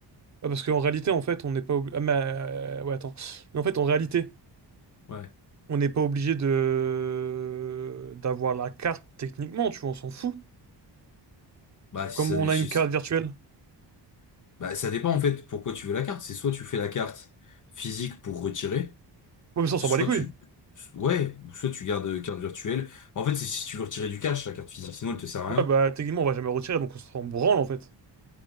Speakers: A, on the right; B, on the left.
A: Ah, parce qu'en réalité, en fait, on n'est pas obligé. Ah, mais, euh, ouais, attends. Mais en fait, en réalité,
B: Ouais.
A: on n'est pas obligé de d'avoir la carte techniquement, tu vois, on s'en fout.
B: Bah, si
A: Comme
B: ça,
A: on
B: je
A: a une carte
B: sais-
A: virtuelle.
B: bah, ça dépend en fait pourquoi tu veux la carte. C'est soit tu fais la carte physique pour retirer,
A: Ouais, mais ça, on s'en
B: soit
A: bat les couilles.
B: tu, ouais, ou soit tu gardes euh, carte virtuelle. En fait, c'est si tu veux retirer du cash, la carte physique, sinon elle te sert
A: Ouais,
B: à rien.
A: bah, techniquement, on va jamais retirer, donc on s'en branle, en fait.